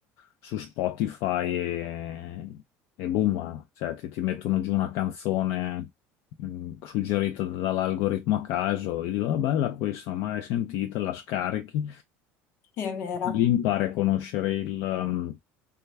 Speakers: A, on the left; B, on the left.
A: su Spotify e, e boom, eh. cioè ti, ti mettono giù una canzone mh, suggerita dall'algoritmo a caso, io dico, ah, bella questa, non l'ho mai sentita, la scarichi,
B: sì, è vero.
A: lì impari a conoscere il, mm,